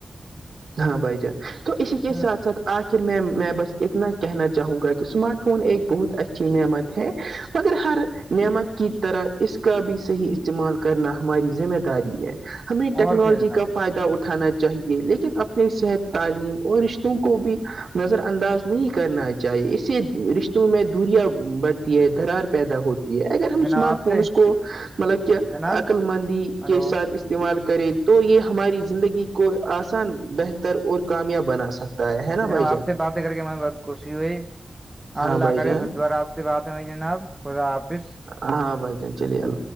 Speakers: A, on the right; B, on the right.
A: ہاں بھائی جان تو اسی کے
B: ہاں
A: ساتھ ساتھ آخر میں میں بس اتنا کہنا چاہوں گا کہ اسمارٹ فون ایک بہت اچھی نعمت ہے مگر ہر نعمت کی طرح اس کا بھی صحیح استعمال کرنا ہماری ذمہ داری ہے ہمیں ٹیکنالوجی
B: اور کیا جناب
A: کا فائدہ اٹھانا چاہیے لیکن اب اپ صحت تعلیم اور رشتوں کو بھی نظر انداز نہیں کرنا چاہیے اسے رش میں دھوریاں بڑھتی ہے دھرار پیدا ہوتی یہ اگر ہم اسمارٹ
B: جناب آپ
A: فونس
B: سے
A: کو مطلب کہ
B: جناب
A: عقللمندی
B: ہلو
A: کے ساتھ استعمال کرے تو یہ ہماری زندگی کو آسان بہتر اور کامیاب بنا سکتا ہے ہے نا
B: جناب
A: بھائی جان
B: آپ سے باتیں کر کے ہم بہت خوشی ہوئی
A: ہاں
B: اللہ
A: بھائی
B: کرے
A: جان
B: پھر دوبارہ آپ سے بات ہوئی جناب خدا حافظ
A: ہاں بائی جان چلییا ال